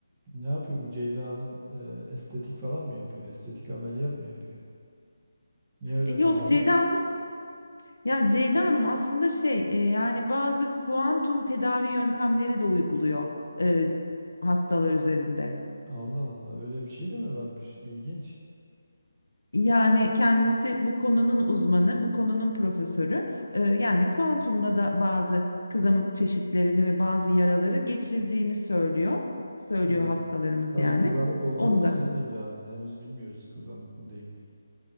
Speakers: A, on the right; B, on the left.
A: Ne yapıyor bu Ceyda Hanım? Ee, estetik falan mı yapıyor? Estetik ameliyat mı yapıyor? Niye öyle
B: Yok
A: pahalı?
B: Ceyda Hanım ya Ceyda Hanım aslında şey e, yani bazı kuantum tedavi yöntemleri de uyguluyor e,
A: A-
B: hastalar üzerinde.
A: Allah Allah, öyle bir şey de mi varmış? İlginç.
B: Yani kendisi bu konunun uzmanı, bu konunun profesörü. Ee, yani kuantumda da bazı kızamık çeşitlerini ve bazı yaraları geçirdiğini söylüyor. Söylüyor
A: Hı.
B: hastalarımız
A: Tabii
B: yani.
A: kızamık olduğu
B: Onda.
A: sizin iddianız. Henüz bilmiyoruz kızamık mı değil mi?